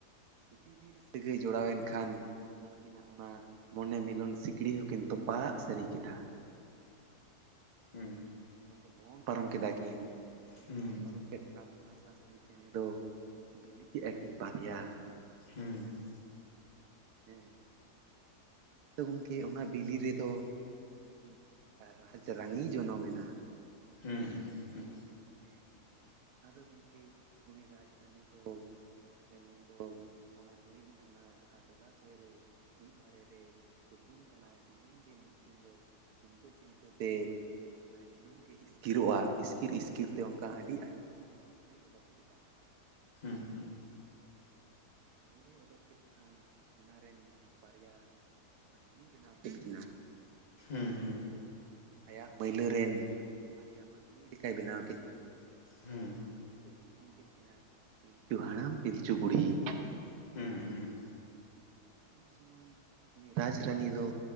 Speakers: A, on the right; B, on the left.
A: ᱥᱤᱯᱤᱵᱤᱞ ᱥᱟᱹᱜᱟᱹᱭ ᱡᱚᱲᱟᱣ ᱮᱱ ᱠᱷᱟᱱᱼᱼ ᱩᱱᱠᱤᱱᱟᱜ ᱚᱱᱟ ᱢᱚᱱᱮ ᱢᱤᱞᱚᱱ ᱥᱤᱠᱲᱤ ᱦᱚᱸᱠᱤᱱ ᱛᱚᱯᱟᱜ ᱥᱟᱹᱨᱤ ᱠᱮᱫᱟ᱾
B: ᱦᱩᱸ
A: ᱦᱮᱸ ᱢᱮᱱᱫᱚ ᱫᱚᱱ ᱯᱟᱨᱚᱢ ᱠᱮᱫᱟ ᱠᱤᱱ
B: ᱦᱩᱸ ᱦᱩᱸ
A: ᱫᱚᱱ ᱯᱟᱨᱚᱢ ᱠᱮᱫᱼᱼ ᱮᱠᱷᱟᱱ ᱦᱟᱸᱥ ᱦᱟᱸᱥᱞᱤ ᱪᱮᱬᱮ ᱫᱚ ᱵᱤᱞᱤ ᱠᱮᱜᱼᱟ ᱠᱤᱱ ᱵᱟᱨᱭᱟ᱾
B: ᱦᱩᱸ᱾
A: ᱦᱮᱸ ᱟᱫᱚ ᱜᱚᱝᱠᱮ ᱚᱱᱟ ᱵᱤᱞᱤ ᱨᱮᱫᱚ ᱢᱤᱫ ᱨᱟᱡᱽ ᱨᱟᱱᱤ ᱡᱚᱱᱚᱢᱮ ᱮᱱᱟ᱾
B: ᱦᱩᱸ ᱦᱩᱸ᱾
A: ᱦᱮᱸ ᱟᱫᱚ ᱜᱚᱝᱠᱮ ᱩᱱᱤ ᱨᱟᱡᱽ ᱨᱟᱱᱤ ᱫᱚ ᱛᱮᱢᱚᱱᱫᱚ ᱚᱱᱟ ᱱᱟᱹᱭ ᱢᱮᱱᱟᱜ ᱚᱱᱟ ᱡᱟᱦᱟᱸ ᱡᱚᱞᱟᱥᱚᱭ ᱨᱮ ᱢᱤᱫ ᱫᱷᱟᱨᱮ ᱨᱮ ᱛᱩᱯᱩᱱ ᱠᱟᱱᱟᱭ ᱫᱤᱱᱟᱹᱢ ᱜᱮ, ᱢᱤᱫ ᱫᱤᱱ ᱫᱚ ᱪᱤᱱᱛᱟᱹ ᱪᱤᱱᱛᱟᱹᱛᱮ ᱢᱟᱱᱮ ᱫᱤᱱᱟᱹᱢ ᱜᱮ ᱤᱥᱠᱤᱨᱚᱜᱼᱟ ᱤᱥᱠᱤᱨ ᱤᱥ ᱠᱤᱨ ᱛᱮ ᱚᱱᱠᱟ ᱟᱹᱰᱤ ᱟᱭᱢᱟ ᱟᱭᱢᱟ ᱢᱟᱹᱭᱞᱟᱹᱭ ᱚᱰᱚᱠ ᱠᱮᱫᱟ
B: ᱦᱩᱸ ᱦᱩᱸ
A: ᱢᱟᱹᱭᱞᱟᱹᱭ ᱳᱰᱳᱠ ᱠᱮᱫ ᱠᱷᱟᱱ ᱚᱱᱟ ᱨᱮᱱ ᱵᱟᱨᱭᱟ ᱢᱟᱱᱢᱤᱭ ᱵᱮᱱᱟᱣ ᱠᱮᱫ ᱠᱤᱱᱟ᱾
B: ᱦᱩᱸ
A: ᱢᱮᱱᱫᱚ ᱟᱭᱟᱜ ᱢᱟᱹᱭᱞᱟᱹ ᱨᱮᱱ ᱵᱟᱨᱭᱟ ᱢᱟᱹᱱᱢᱤ ᱞᱮᱠᱟᱭ ᱵᱮᱱᱟᱣ ᱠᱮᱫ ᱠᱤᱱᱟᱹ᱾
B: ᱦᱩᱸ
A: ᱩᱱᱠᱤᱱ ᱫᱚᱭ ᱧᱩᱛᱩᱢ ᱠᱮᱫ ᱠᱤᱱᱟᱹ ᱯᱤᱞᱪᱩ ᱦᱟᱲᱟᱢ ᱯᱤᱞᱪᱩ ᱵᱩᱲᱦᱤ᱾
B: ᱦᱩᱸ ᱦᱩᱸ ᱦᱩᱸ
A: ᱩᱱ ᱥᱚᱢᱚᱭ ᱩᱱᱤ ᱨᱟᱡᱽ ᱨᱟᱱᱤ ᱫᱚ